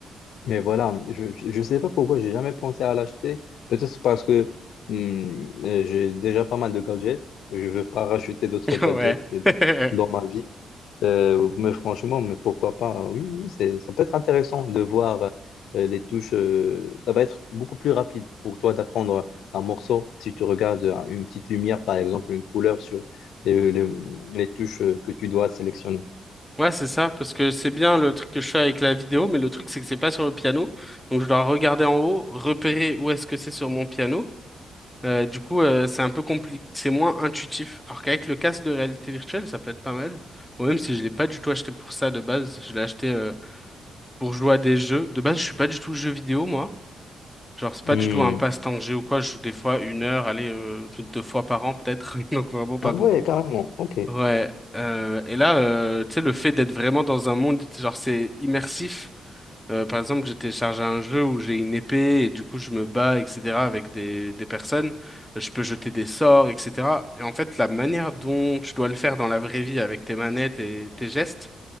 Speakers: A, on the left (about 85°); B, in the centre.
A: mais voilà, je je sais pas pourquoi j'ai jamais pensé à l'acheter. Peut-être parce que hum, euh, j'ai déjà pas mal de gadgets. Je veux pas rajouter d'autres
B: <laughs>
A: gadgets
B: Ouais.
A: dans,
B: <laughs>
A: dans ma vie. Euh, mais franchement, mais pourquoi pas? Oui, oui, c'est, ça peut être intéressant de voir euh, les touches. euh, ça va être beaucoup plus rapide pour toi d'apprendre un morceau si tu regardes euh, une petite lumière, par exemple, une couleur sur les, les- les touches euh, que tu dois sélectionner.
B: Ouais, c'est ça, parce que c'est bien le truc que je fais avec la vidéo, mais le truc c'est que c'est pas sur le piano. Donc je dois regarder en haut, repérer où est-ce que c'est sur mon piano. Euh, du coup, euh, c'est un peu compliqué, c'est moins intuitif. Alors qu'avec le casque de réalité virtuelle, ça peut être pas mal. Ou même si je l'ai pas du tout acheté pour ça de base, je l'ai acheté euh, pour jouer à des jeux. De base, je suis pas du tout jeu vidéo, moi. Genre, c'est pas
A: Hmm.
B: du tout un passe-temps que j'ai ou quoi. Je joue des fois une heure, allez, euh, deux fois par an peut-être, <laughs> donc vraiment pas
A: Ah
B: beaucoup.
A: ouais, carrément. Ok.
B: Ouais, euh, et là, euh, tu sais, le fait d'être vraiment dans un monde, genre, c'est immersif. Euh, par exemple, j'ai téléchargé un jeu où j'ai une épée et du coup, je me bats, etc., avec des, des personnes. Euh, Je peux jeter des sorts, etc. Et en fait, la manière dont tu dois le faire dans la vraie vie avec tes manettes et tes gestes,